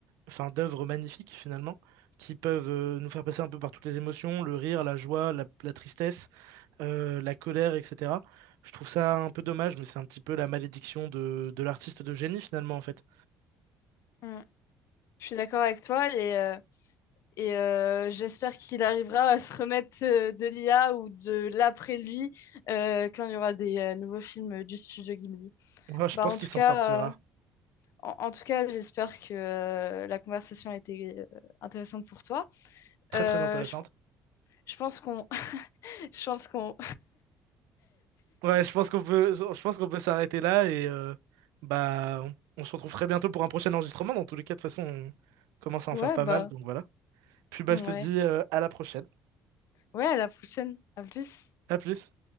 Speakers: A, on the right (about 80°); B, on the left (about 65°).
A: enfin, d'œuvres magnifiques finalement, qui peuvent euh, nous faire passer un peu par toutes les émotions, le rire, la joie, la, la tristesse, euh, la colère, etc. Je trouve ça un peu dommage, mais c'est un petit peu la malédiction de, de l'artiste de génie finalement en fait.
B: Mm. Je suis d'accord avec toi et, euh, et euh, j'espère qu'il arrivera à se remettre euh, de l'IA ou de l'après lui euh, quand il y aura des euh, nouveaux films du studio Ghibli.
A: Moi, je
B: Bah,
A: pense
B: en
A: qu'il
B: tout
A: s'en
B: cas,
A: sortira.
B: Euh... en, en, tout cas, j'espère que euh, la conversation a été euh, intéressante pour toi.
A: Très
B: Euh,
A: très intéressante.
B: je, je, pense qu'on <laughs> Je pense qu'on...
A: Ouais, je pense qu'on peut, je pense qu'on peut s'arrêter là et euh, bah on, on se retrouve très bientôt pour un prochain enregistrement. Dans tous les cas, de toute façon, on commence à
B: Ouais,
A: en faire pas
B: bah...
A: mal, donc voilà. Puis bah
B: Ouais.
A: je te dis euh, à la prochaine.
B: Ouais, à la prochaine. À plus.
A: À plus.